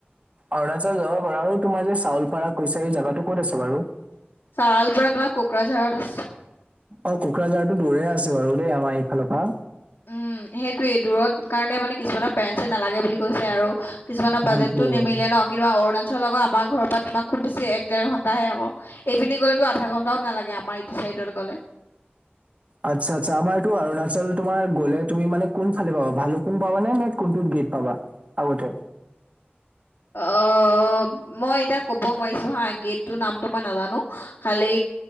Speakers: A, on the right (about 35°); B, on the left (about 80°).
A: অৰুণাচল যাব পাৰা আৰু তোমাৰ যদি চাউল পাৰা কুইচাৰী জেগাটো ক'ত আছে বাৰু?
B: চাউল পাৰা তোমাৰ কুকৰাঝাৰত আছে।
A: অহ কোকৰাঝাৰতো দূৰে আছে বাৰু দেই আমাৰ এইফালৰ পৰা।
B: উম, সেইটোৱেই দূৰত কাৰণে মানে কিছুমানৰ পেৰেন্টছে নালাগে বুলি কৈছে আৰু কিছুমানৰ বাজেটটো
A: সেইটোৱে
B: নিমিলে ন কিন্তু অৰুণাচল আকৌ আমাৰ ঘৰৰ পৰা তোমাৰ খুব বেছি এক ডেৰ ঘণ্টাহে আকৌ। এইপিনে গ'লেতো আধা ঘণ্টাও নালাগে আমাৰ ইটো চাইডত গ'লে।
A: আচ্ছা, আচ্ছা, আমাৰ এইটো অৰুণাচল গলে তোমাৰ গ'লে তুমি মানে কোন ফালে পাবা ভালুকপুং পাবা নে নে কোনটোত গেট পাবা? আগতে।
B: অহ, মই এতিয়া ক'ব নোৱাৰিছো হা গেটটো নামটো মই নাজানো। খালি,